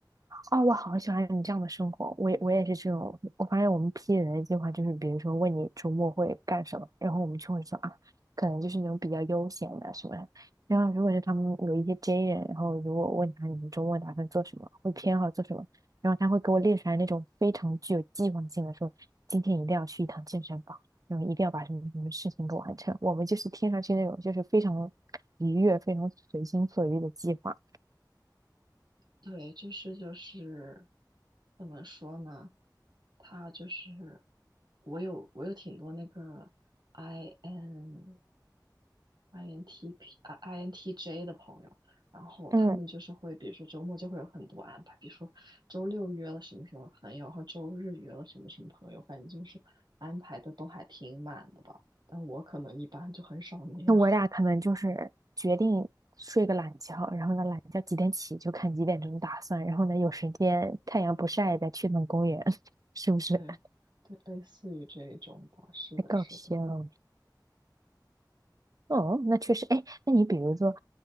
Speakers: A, on the right (about 50°); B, on the right (about 70°).
A: 哦，我好喜欢你这样的生活。我也我也是这种，我发现我们 P 人的计划就是，比如说问你周末会干什么，然后我们就会说啊，可能就是那种比较悠闲的什么的。然后如果是他们有一些 J 人，然后如果问他你们周末打算做什么，会偏好做什么，然后他会给我列出来那种非常具有计划性的说，今天一定要去一趟健身房，然后一定要把什么什么事情给完成。我们就是听上去那种就是非常愉悦、非常随心所欲的计划。
B: 对，就是就是怎么说呢？他就是我有我有挺多那个 I N INTP 啊 INTJ 的朋友，然后他们就是会，
A: 嗯，
B: 比如说周末就会有很多安排，比如说周六约了什么什么朋友，然后周日约了什么什么朋友，反正就是安排的都还挺满的吧。但我可能一般就很少那样，
A: 那我俩可能就是决定睡个懒觉，然后呢，懒觉几点起就看几点钟打算，然后呢，有时间太阳不晒再去趟公园，<laughs> 是不是？
B: <laughs> 对对，
A: <laughs>
B: 类似于这一种吧，是的，
A: 太搞笑了。
B: 是的，
A: 哦，那确实，哎，那你比如说，